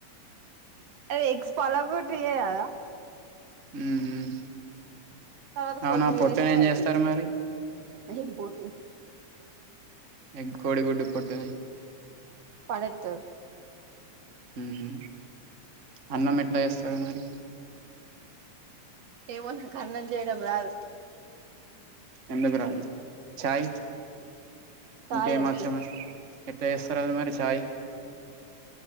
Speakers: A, on the right (about 65°); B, on the right (about 35°).
A: ఏ ఎగ్స్ పలగగొట్టి ఏయరా
B: హ్మ్
A: తర్వాత
B: అవునా
A: కొత్తిమీర
B: పొట్టును
A: వేస్తే
B: ఏం
A: అయిపోతది
B: జేస్తారు మరీ
A: ఏం పొట్టు
B: ఎగ్ కోడి గుడ్డు పొట్టుని
A: పడేత్తర్
B: ఊహూ అన్నం ఎట్లా జేస్తారు మరి
A: ఏమో నాకు అన్నం చేయడం రాదు
B: ఎందుకు రాదు చాయ్
A: చాయ్
B: ఇంకేమోచ్చు
A: వచ్చు
B: మరి ఎట్ట జేస్తారు మరి చాయ్